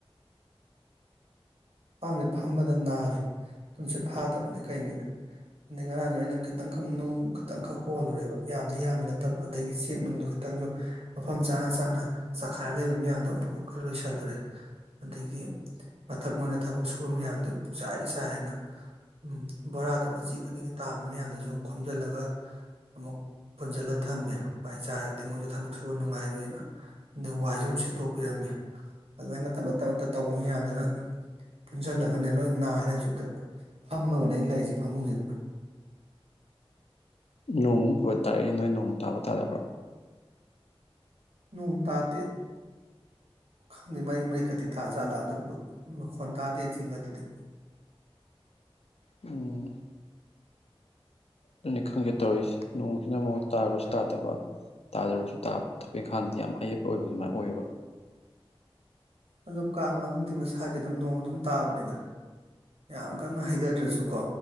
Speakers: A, on the right; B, on the left.
A: ꯃꯤꯠꯄꯥꯟꯁꯤ ꯐꯝꯕꯗ ꯅꯥꯔꯦ ꯇꯨꯝ ꯁꯤꯠ ꯐꯥꯗꯕꯅꯤ ꯀꯩꯅꯤ ꯑꯗꯒꯤ ꯉꯔꯥꯡꯁꯨ ꯑꯩꯅ ꯈꯤꯇꯪ ꯈꯛ ꯅꯨꯡ ꯈꯤꯇꯪ ꯈꯛ ꯍꯣꯜꯂꯨꯔꯦꯕ ꯌꯥꯝꯗꯤ ꯌꯥꯝꯕ ꯅꯠꯇꯕ ꯑꯗꯒꯤ ꯆꯦꯛ ꯅꯨꯡꯗꯣ ꯈꯤ ꯈꯤꯇꯪꯁꯨ ꯃꯐꯝ ꯆꯥꯅ ꯆꯥꯅ ꯆꯈꯥꯏꯔ ꯂꯩꯕ ꯃꯤꯌꯥꯝꯗꯣ ꯑꯃꯨꯛꯀ ꯈꯔ ꯂꯣꯏꯁꯤꯜꯂꯨꯔꯦ ꯑꯗꯒꯤ ꯃꯊꯛ ꯃꯣꯏꯅ ꯊꯕꯛ ꯁꯨꯕ ꯃꯌꯥꯝꯗꯣ ꯄꯨꯆꯥꯏ ꯆꯥꯏ ꯍꯥꯏꯅ ꯎꯝ ꯕꯣꯔꯥꯗꯣ ꯃꯆꯤ ꯈꯨꯗꯤꯡꯒꯤ ꯇꯥꯕ ꯃꯌꯥꯝꯗꯁꯨ ꯈꯣꯝꯖꯤꯜꯂꯒ ꯑꯃꯨꯛ ꯄꯨꯟꯁꯤꯜꯂ ꯊꯝꯃꯦ ꯋꯥꯏ ꯆꯥꯔꯗꯤ ꯃꯣꯏꯁꯨ ꯊꯕꯛ ꯁꯨꯕ ꯅꯨꯡꯉꯥꯏꯔꯣꯏꯅ ꯑꯗꯩ ꯋꯥꯏꯁꯨ ꯑꯗꯨꯝ ꯁꯦꯠꯇꯣꯛꯄꯤꯔꯝꯃꯤ ꯑꯗꯨꯃꯥꯏꯅ ꯃꯇꯥꯠ ꯃꯇꯥꯠ ꯇꯧꯕ ꯃꯌꯥꯝꯗꯨꯅ ꯄꯨꯟꯁꯤꯜꯂꯒꯅꯦ ꯂꯣꯏ ꯅꯥꯔꯦ ꯍꯧꯖꯤꯛꯗ ꯐꯝꯃꯒꯅꯦ ꯑꯩꯅ ꯂꯩꯔꯤꯁꯦ ꯐꯃꯨꯡꯁꯤꯗ
B: ꯅꯣꯡꯃꯨꯛ ꯄꯨꯔ ꯇꯥꯔꯛꯏ ꯅꯣꯡ ꯇꯥꯕ ꯇꯥꯗꯕ꯭ꯔꯣ
A: ꯅꯣꯡ ꯇꯥꯇꯦ ꯈꯪꯗꯦ ꯃꯔꯤꯛ ꯃꯔꯤꯛꯀꯗꯤ ꯇꯥꯖꯥꯠꯂ ꯑꯗꯨꯕꯨ ꯃꯈꯣꯟ ꯇꯥꯗꯦ ꯆꯤꯡ ꯒꯗꯗꯤ
B: ꯎꯝ ꯑꯗꯨꯅꯤ ꯈꯪꯒꯦ ꯇꯧꯔꯤꯁꯦ ꯅꯣꯡꯁꯤꯅ ꯑꯃꯨ ꯇꯥꯔꯕꯁꯨ ꯇꯥꯗꯕ ꯇꯥꯗꯕꯔꯁꯨ ꯇꯥꯕ ꯊꯕꯛ ꯏꯪꯈꯥꯡꯗꯤ ꯌꯥꯝ ꯑꯌꯦꯠꯄ ꯑꯣꯏꯕ ꯑꯗꯨꯃꯥꯏ ꯑꯣꯏꯌꯦꯕ
A: ꯑꯗꯣ ꯀꯥꯡ ꯃꯅꯨꯡꯗꯗꯤ ꯃꯁꯥꯒꯤ ꯑꯗꯨꯝ ꯅꯣꯡ ꯑꯗꯨꯝ ꯇꯥꯕꯅꯤꯗ ꯌꯥꯝ ꯀꯟꯅ ꯍꯩꯗꯗ꯭ꯔꯁꯨꯀꯣ